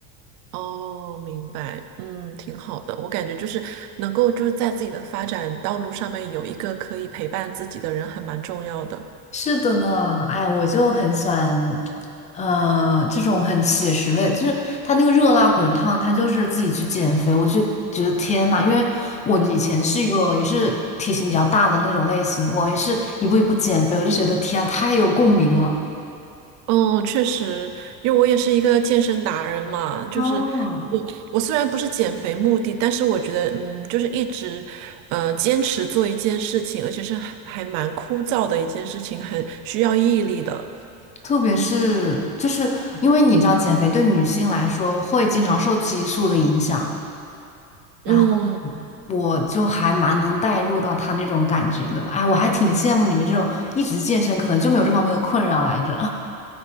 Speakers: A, on the right; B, on the left.
A: 哦，明白，嗯，挺好的。我感觉就是能够就是在自己的发展道路上面有一个可以陪伴自己的人，还蛮重要的。
B: 是的呢，哎，我就很喜欢，呃，这种很写实类，就是他那个热辣滚烫，他就是自己去减肥，我就觉得天呐，因为我以前是一个也是体型比较大的那种类型，我也是一步一步减肥，我就觉得天啊，太有共鸣了。
A: 嗯，确实，因为我也是一个健身达人嘛，就是
B: 嗯，
A: 我我虽然不是减肥目的，但是我觉得，嗯，就是一直，呃，坚持做一件事情，而且是还还蛮枯燥的一件事情，很需要毅力的。
B: 特别是就是因为你知道，减肥对女性来说会经常受激素的影响。然后
A: 嗯，
B: 我就还蛮能带入到他那种感觉的。哎，我还挺羡慕你们这种一直健身，可能就没有这方面的困扰来着。